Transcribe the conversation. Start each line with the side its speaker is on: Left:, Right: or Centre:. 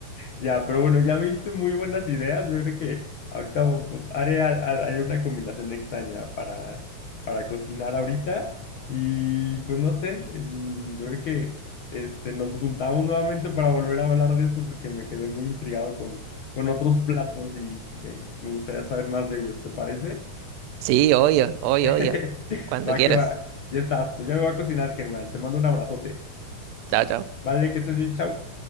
Left: Ya, pero bueno, ya me diste muy buenas ideas. Yo creo que ahorita vo- haré, al- al- haré una combinación extraña para, para cocinar ahorita. Y pues no sé, mm, yo creo que este, nos juntamos nuevamente para volver a hablar de esto porque me quedé muy intrigado con, con otros platos y me, me gustaría saber más de ellos, ¿te parece?
Right: Sí, obvio, obvio,
Left: <laughs>
Right: obvio. Cuando
Left: Va
Right: quieras.
Left: que va, ya estás, pues ya me va a cocinar, Germán. Te mando un abrazote.
Right: Chao, chao.
Left: Vale, que estés bien, chao.